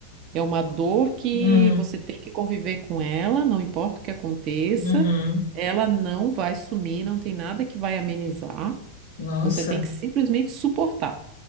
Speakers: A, on the right; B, on the left.
A: É uma dor que
B: Hum,
A: você tem que conviver com ela, não importa o que aconteça,
B: uhum.
A: ela não vai sumir, não tem nada que vai amenizar.
B: Nossa,
A: Você tem que simplesmente suportar.